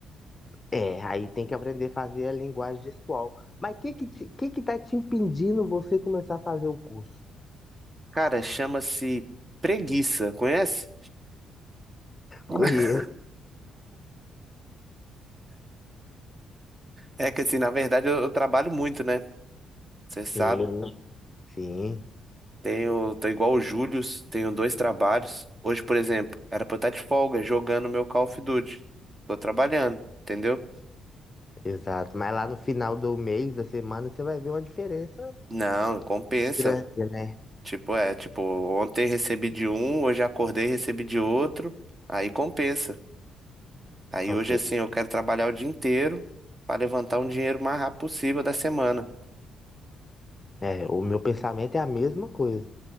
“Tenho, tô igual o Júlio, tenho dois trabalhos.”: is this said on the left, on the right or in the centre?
Right